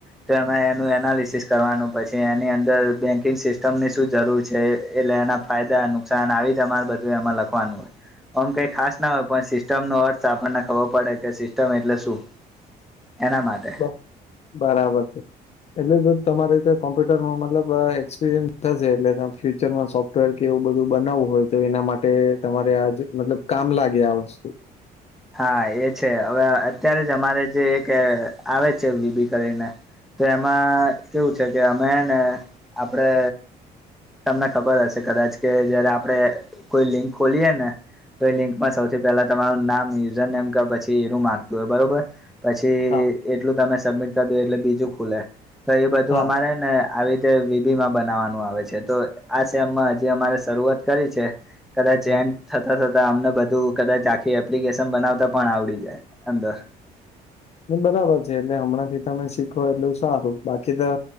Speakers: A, in the centre; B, on the left.
A: તો એમાં એનું એનાલિસિસ કરવાનું પછી એની અંદર બેંકિંગ સિસ્ટમની શું જરૂર છે એટલે એના ફાયદા નુકસાન આવી જ અમાર બધું એમાં લખવાનું હોય આમ કઈ ખાસ ના હોય પણ સિસ્ટમ નો અર્થ આપણને ખબર પડે કે સિસ્ટમ એટલે શું? એના માટે
B: બ બરાબર છે. એટલે તો તમારે કોમ્પ્યુટરમાં મતલબ એક્સપિરિયન્સ થશે એટલે ફ્યુચરમાં સો ફ્ટવેરકે એવું બધું બનાવવું હોય તો એના માટે તમારે આજ મતલબ કામ લાગે આ વસ્તુ
A: હા એ છે હવે અત્યારે જ અમારે જે એક આવે છે વી બી કરીને તો એમાં કેવું છે કે અમે ને આપડે તમને ખબર હશે કદાચ કે જયારે આપણેે કોઈ લિંક ખોલીયએ ને તો લિંકમાં સૌથી પહેલા તમારું નામ ની યુઝર નેમ કે પછી એરુ માંગતું હોય બરોબર પછી
B: હા
A: એટલું તમે સબમિટ કરી દો એટલે બીજું ખુલે તો એ બધું
B: હા.
A: અમારે ને આવી રીતે વિધી માં બનાવાનું આવે છે તો આ સેમમાં હજી અમારે શરૂઆત કરી છે. કદાચ
B: હા
A: એમ થતા થતા અમને બધું કદાચ આખી એપ્લિકેશન બનાવતા પણ આવડી જાય અંદર
B: બરાબર છે એટલે હમણાં થી તમે શીખો એટલું સારું બાકી તો